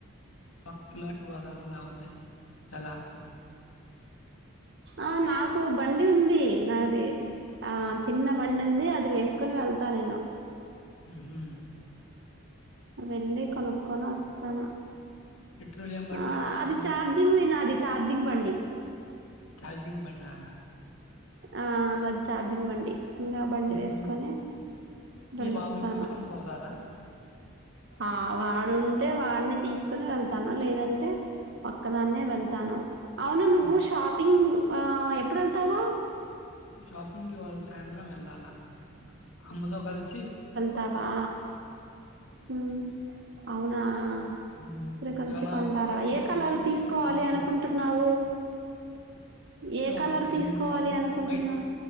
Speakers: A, on the left; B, on the right.
A: ఒక కాలక్ లేపోతే వెళ్ళాలి
B: ఆ నాకు బండి ఉంది నాది ఆ చిన్న బండి ఉంది అది వేసుకొని వెళ్తా నేను
A: ఊహు
B: వెళ్ళి కొనుక్కొని వస్తాను
A: పెట్రోలియం బండా?
B: ఆ
A: ఛార్జింగ్
B: అది చార్జింగ్ నాది చార్జి చార్జింగ్ బండి
A: చార్జింగ్ బండి ఆహా
B: ఆనాది చార్జింగ్ బండి ఇంకా బండి
A: హుహు.
B: వేసుకొని వెళ్లి
A: మీ బాబుని
B: వస్తాను
A: ఎక్కించుకొని పోతారా?
B: ఆ వాడు ఉంటే వాడిని తీసుకునీ వెళ్తాను లేదంటే ఒక్కదాన్నే వెళ్తాను అవును నువ్వు
A: హుహు.
B: షాపింగ్ ఆ ఎప్పుడు వెళ్తావు
A: షాపింగ్ ఇవ్వాలా సాయంత్రం వెళ్ళాలా అమ్మతో కలిసి వె
B: త బా ఊహు అవునా హా
A: హ్మ్.
B: ఇద్దరు కలిసి
A: ఇవాళ
B: కొంటారా
A: అమ్మతో కలిసి
B: ఏ
A: వెళ్దామని
B: కలర్ తీసుకోవాలి
A: అనుకుంటున్నాం.
B: అనుకుంటున్నావు
A: అంటే
B: ఏ కలర్
A: ఒక పన్
B: తీసుకోవాలి అనుకుంటున్నా
A: వైట్